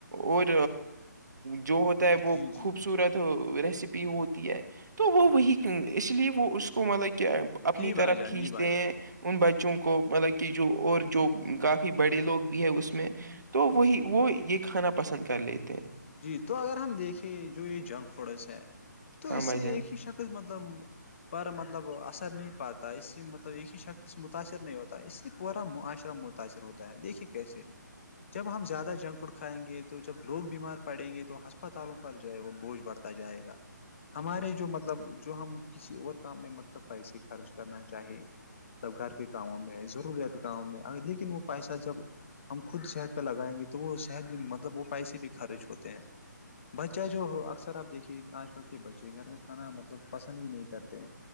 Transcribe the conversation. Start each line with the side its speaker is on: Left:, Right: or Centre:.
Right: اور جو ہوتا ہے وہ
Left: جی جی
Right: خوبصورت ریسیپی ہوتی ہے تو وہ
Left: ہاں
Right: وہی اس لیے وہ اس کو مطلب کہ اپنی
Left: جی بھائی
Right: طرف
Left: جان
Right: کھینچتے
Left: جی بھائی جان
Right: ہیں ان بچوں کو مطلب کہ جو اور جو کافی بڑے لوگ بھی ہے اس میں تو وہی وہ یہ کھانا پسند کر لیتے ہیں
Left: جی تو اگر ہم دیکھیں جو یہ جنک فرس ہے تو
Right: ہاں
Left: اس
Right: بھائی
Left: سے
Right: جان
Left: ایک ہی شخص مطلب پر مطلب اثر نہیں پاتا تا اس سے مطلب ایک ہی شخص متاثر نہیں ہوتا ہے اس سے پورا معاشرہ متاثر ہوتا ہے دیکھیے کیسے جب ہم زیادہ جنک فوڈ کھائیں گے تو جب لوگ بیمار پڑیں گے تو ہسپتالوں پر جو ہے وہ بوجھ بڑھتا جائے گا ہمارے جو مطلب جو ہم کسی اور کام میں مطلب پیسے خرچ کرنا چاہے مب گھر کے کاموں میں ضروریات کاموں میں لیکن وہ پیسہ جب ہم خود شہد پہ لگائیں گے تو وہ شہد بھی مطلب وہ پیسے بھی خرچ ہوتے ہیں بچہ جو ہو اکثر آپ دیکھیے آج کل کے بچے گھر کا کھانا مطلب پسند ہی نہیں کرتے